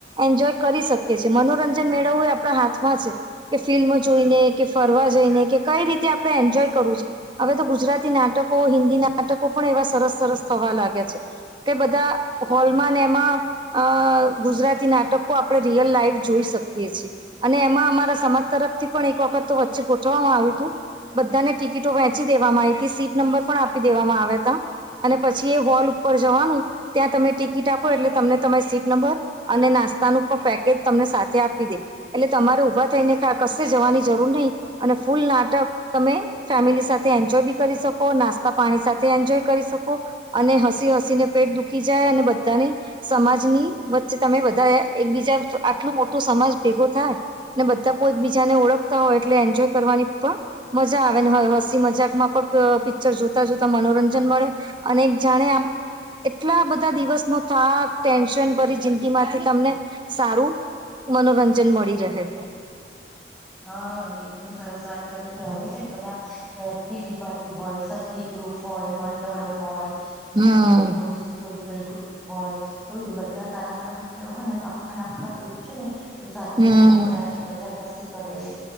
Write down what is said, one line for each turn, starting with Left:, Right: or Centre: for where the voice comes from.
Right: એન્જોય કરી શકીએ છીએ મનોરંજન મેળવવું એ આપણા હાથમાં કે ફિલ્મ જોઈને કે ફરવા જઈને કે કઈ રીતે આપણે એન્જોય કરવું છે હવે તો ગુજરાતી નાટકો હિન્દી નાટકો પણ એવા સરસ સરસ થવા લાગે છે બધા હોલમાં એમાં ગુજરાતી નાટકો આપડે રિયલ લાઈ લાઈ જોઈ શકીએ છી અને એમાં અમારા સમાજ તરફથી પણ એક વખત તો વચ્ચે ગોઠવામાં આવ્યું હતું બધાને ટિકિટો વહેંચી દેવામાં આવી હતી સીટ નંબર પણ આપી દેવામાં આવ્યા હતા અને પછી એ હોલ ઉપર જવાનું ત્યાં તમે ટિકિટ આપો એટલે તમને તમામે સીટ નંબર અને નાસ્તાનું પણ પેકેજ તમને સાથે આપી દે એટલે તમારે ઉભા થઈને કશે જવાની જરૂર નહીિ અને ફૂલ નાટક તમે ફેમિલી સાથે એન્જોય બી કરી શકો નાસ્તા પાણી સાથે એન્જોય કરી શકો અને હ સી હસીને પેટ દુખી જાય અને બધાને સમાજની વચ્ચે તમે બધા એકબીજા આટલો મોટો સમાજ ભેગો થાય ને બધા પો એક બીજાને ઓળખતા હોય એટલે એન્જોય કરવાની પણ મજા આવે ને હસી મજાકમાં પણ પિક્ચર જોતા જોતા મનોરંજન મળે અને એક જાણે આ એટલા બધા બધા દિવસ નો થાક ટેન્શન ભરી જિંદગી માંથી તમને સારું મનોરંજન મળી રહે
Centre: હા એકદમ સરસ વાત કરી કે ને બધા પી પારી હોય સખી ગ્રુપ હોય મંડળ હોય
Right: હમ
Centre: સ સો ગુપ હોય તો એ બધ ધ સારા સારા પિક્ચરો હોય ને તો આખા ના આખા ગ્રુપ છે ને તો સાથે
Right: હમ
Centre: જોવા જાય મજાક મસ્તી કરે